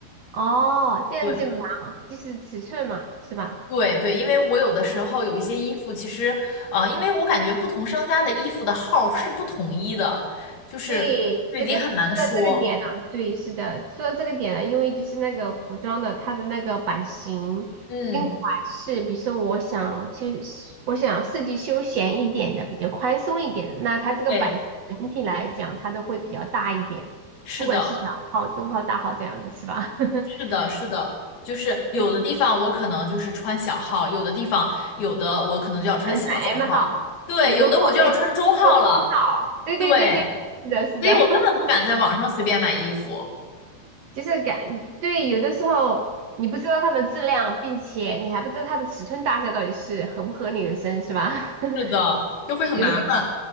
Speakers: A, on the right (about 75°); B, on the left (about 65°).
A: 哦，这样子码，
B: 对
A: 就是尺寸嘛，是吧？
B: 对对，因为我有的时候有一些衣服，其实啊，因为我感觉不同商家的衣服的号是不统一的，就是这已经很难说。
A: 对，这个你说的这个点呢、对，是的，说到这个点了，因为就是那个服装的它的那个版型跟款式，
B: 嗯，
A: 比如说我想其实我想设计休闲一点的，比较宽松一点的，那它这个版型整体来讲它都会比较大一点，
B: 对，是的。
A: 不管是小号、中号、大号这样子是吧？<laughs>
B: 是的，是的，就是有的地方我可能就是穿小号，
A: 对，
B: 有的地方有的我可能就要穿小小号，
A: 可能像 M 号、
B: 对，有的我就要穿中号了，
A: 中号对，就是中号，对对对对，
B: 对，
A: 是的，是的，
B: 所以我根本不敢在网上随便买衣服，
A: <laughs> 就是感，对，有的时候你不知道它的质量，并且你还不知道它的尺寸大小到底是合不合你的身，是吧？
B: 是的，
A: <laughs>
B: 就会很麻烦。
A: 有没有，